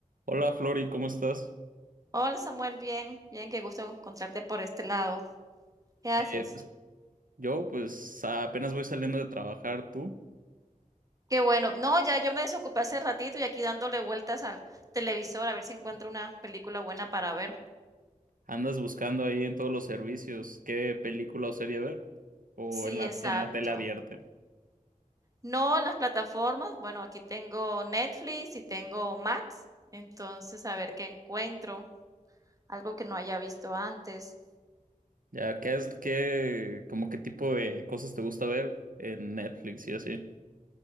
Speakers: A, on the right; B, on the right.
A: Hola Flori, ¿cómo estás?
B: Hola Samuel, bien, bien, qué gusto encontrarte por este lado. ¿Qué haces?
A: Eh, pues, yo pues apenas voy saliendo de trabajar, ¿tú?
B: Qué bueno. No, ya yo me desocupé hace ratito y aquí dándole vueltas al televisor a ver si encuentro una película buena para ver.
A: ¿Andas buscando ahí en todos los servicios qué película o serie ver? ¿O
B: Sí,
A: en la,
B: exacto.
A: en la tele abierta?
B: No, en las plataformas, bueno, aquí tengo Netflix y tengo Max, entonces a ver qué encuentro, algo que no haya visto antes.
A: Ya, ¿qué es, qué, como qué tipo de cosas te gusta ver en Netflix y así?